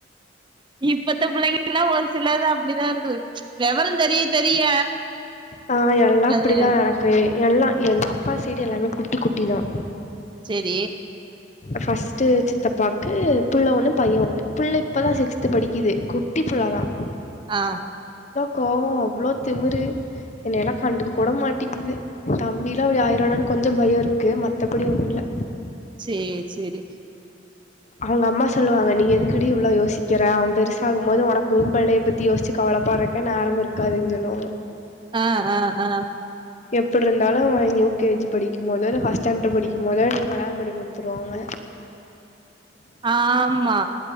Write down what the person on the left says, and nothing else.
ஆஹ் எல்லாம் அப்படிதான்
எனக்கு எல்லாம் எங்க அப்பா செய்டு எல்லாம் ஆமே குட்டி குட்டி தான்
ஃபர்ஸ்ட்ட் சித்தப்பாக்கு புள்ளை ஒண்ணு பையன் ஒண்ணு புள்ளை இப்பதான் சிக்ஸ்த் படிக்குது குட்டி புள்ளாதான்
கோவோ அவ்ளோ திமுறு என்னையெல்லா கண்டுக்க கூட மாட்டிங்குது தம்பில்லா அப்டி ஆயிருவானோனு கொஞ்ச பயோ இருக்கு மத்தபடி ஒண்ணு இல்ல
அவங்க அம்மா சொல்லுவாங்க நீ எதுக்குடி இவ்வளவு யோசிக்கிற அவ பெருச ஆகும்போது உனக்கு உம்புள்ளைய பத்தி யோசிச்சி கவலைப்படுறக்கே நேரம் இருக்காதுன்னு சொல்லுவாங்க
எப்டி இருந்தாலு யூ கே ஜி படிக்கும் போதோ இல்ல ஃபஸ்ட் ஸ்டாண்டர்ட் படிக்கும் போதோ என்ன கல்யாணோ பண்ணி குடுத்துருவாங்க